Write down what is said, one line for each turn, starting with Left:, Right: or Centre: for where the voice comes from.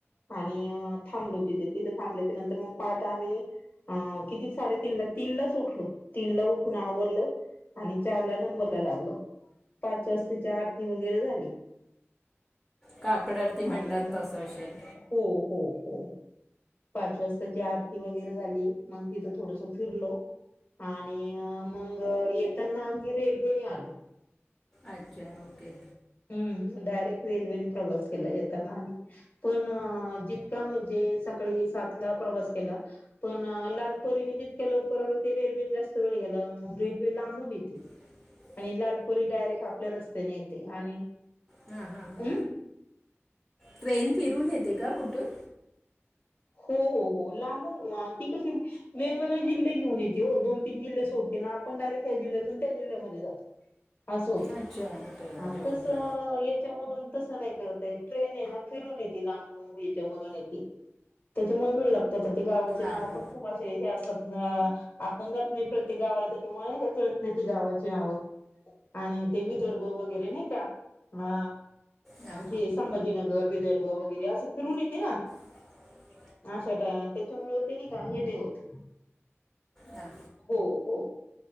Left: आणि थांबलो तिथे तिथे थांबल्या नंतर मग पाठ आम्ही अ किती साडेतीन ला तीन लाच उठल तीन ला उठून आवरलं आणि चार ला नंबरला लागलं. पाच वाजताची आरती वगैरे झाली
Centre: काकडरती म्हणतात
Left: आणि
Centre: तसं असेल
Left: हो हो हो पाच वाजताची आरती वगैरे झाली मग तिथं थोडस फिरलो आणि मग येताना आम्ही रेल्वेने आलो
Centre: अच्छा ओके
Left: हम् डायरेक्ट रेल्वेने प्रवास केला येताना आणि पण जितका म्हणजे सळी सात प्रवास के पण लालपरी जितक्या लवकर आल रेवेस्त वेळ गेला रेल्वे लांबून येते
Centre: ह
Left: आणि लालपुरी डायरेक्ट आपल्या रस्त्याने येते आणि
Centre: हा हा ह
Left: अं
Centre: ट्रेन फिरून येते तेका कुठून
Left: हो हो हो लाबून ती कशी वेगवेगळे जिल्हे घेऊन येते हो दोन तीन जिल्हे सोडते आपण डायरे ह्या जिल्ह्यातून त्या जल्ह्यामध्ये जातो असोत
Centre: अच्छा ट्रेन अच्छा
Left: आणि
Centre: ओके
Left: तस याच्यामधून तस नाही करताय ट्रेन आहे ना फिरून येते लांबज मधून येते त्याच्यामुळेळ ते गावाचे
Centre: हां
Left: नाव
Centre: हां
Left: पण खूप असे हे असतात अ आपण जात नाही प्रत्येक गावाला त्याच्यामुळे का कळत नाही त गावाची नावं आणि ते विदर्भ वगैरे नाही का ह
Centre: हां
Left: हे संभाजीनगर विदर्भ वगैरे असं फिरून येते ना
Centre: ह
Left: अशा टाय त्याच्यामुळे हो ते नाही का हे नाही होत
Centre: हां
Left: हो हो